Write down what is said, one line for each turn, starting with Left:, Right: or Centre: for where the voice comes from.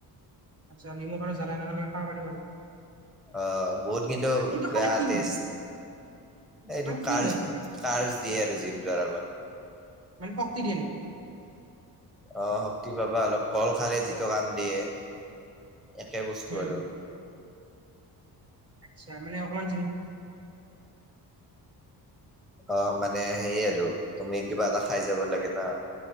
Right: আচ্ছা নিমখ আৰু জ্বালা এনেকা লৈ খাব পাৰিম আৰু
Centre: অ বহুত কিন্তু
Right: মানে এইটো
Centre: বেয়া
Right: খালে কি
Centre: তেজ
Right: হয়
Centre: এইটো
Right: মানে কি
Centre: কাৰ
Right: হয় খালে
Centre: কাৰ্চ দিয়ে আৰু জিম যোৱাৰ আগত
Right: মানে পকতিৰিয়ল
Centre: অ শক্তি পাবা অলপ কল খালে যিটো কাম দিয়ে একে বস্তু
Right: উম
Centre: আৰু
Right: আচ্ছা মানে অকমান
Centre: অ মানে সেয়ে আৰু তুমি কিবা এটা খাই যাব লাগে না